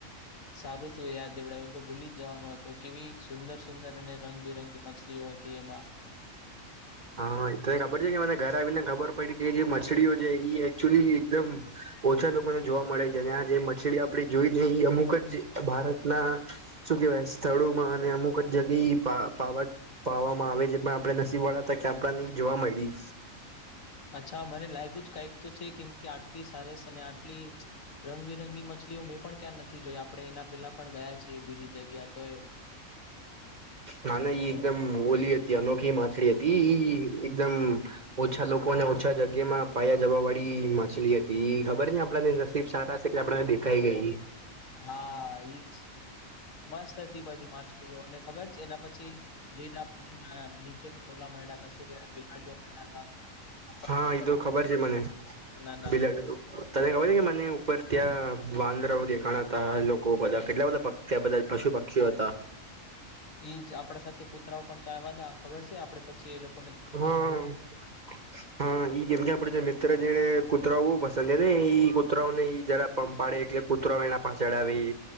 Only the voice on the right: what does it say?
હા તને ખબર છે કે મને ઘરે આવીને ખબર પડી કે જે મચડીઓ છે એકચુઅલી એકદમ ઓછા લોકોને જોવા મળે છે, ને આ જે મછલી આપણે જોઈ લઈએ એ અમુક જ ભારતના શું કેવાય સ્થળોમાં અને અમુક જ જગ્યા પાવ પાવામાં આવે છે, પણ આપડે નસીબવાળ હતા કે આપડાને ઇ જોવા મળી
હા ન ઈ એકદમ ઓલી હતી. અનોખી માછળ હતી ઈ એકદમ ઓછા લોકોને ઓછા જગ્યા માં પાયા જવા વાળી માછલી હતી. ઇ ખબર ન આપડને સારા છે કે આપડા ને દેખાઈ ગઈ
હા
એ તો ખબર છે. મને
બિલાડ તો તને ખબર છે કે મને ઉપર ત્યાં વાંદરાઓ દેખાણાતા લોકો બધા કેટલા બધા તે બદલ પશુ પક્ષી હતા
હું હા, જેમ કે આપડે મિત્ર જેને કૂતરાઓ બહુ પસંદ છે, ને એઈ કૂતરાઓ ને જરા, પંપાળે એટલે કૂતરો એના પાછડાવી